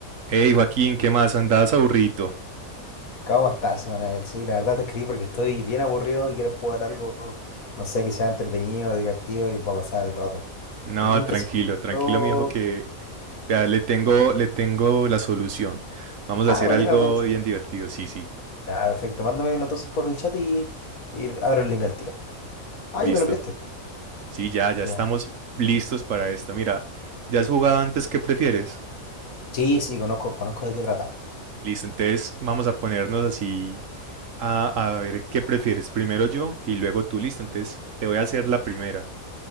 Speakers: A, on the right (about 65°); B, on the left (about 75°).
A: Hey Joaquín, ¿qué más? ¿Andabas aburrido?
B: ¿Cómo estás, Manuel? Sí, la verdad te escribí porque estoy bien aburrido y quiero jugar algo, no sé, que sea entretenido, divertido y para pasar el rato.
A: No,
B: ¿Te tinca
A: tranquilo,
B: si
A: tranquilo,
B: juego?
A: mi hijo, que vea, le tengo, le tengo la solución. Vamos
B: Ah,
A: a hacer
B: me
A: algo
B: tiran la rato.
A: bien divertido. Sí, sí,
B: Ya, perfecto. Mándame uno entonces por el chat y, y abro el link al tiro. Ahí
A: listo.
B: me lo enviaste.
A: Sí, ya, ya
B: Ya.
A: estamos listos para esto. Mira, ¿ya has jugado antes qué prefieres?
B: Sí, sí, conozco, conozco de qué trata.
A: Listo, entonces vamos a ponernos así a, a ver qué prefieres. Primero yo y luego tú, listo. Entonces te voy a hacer la primera.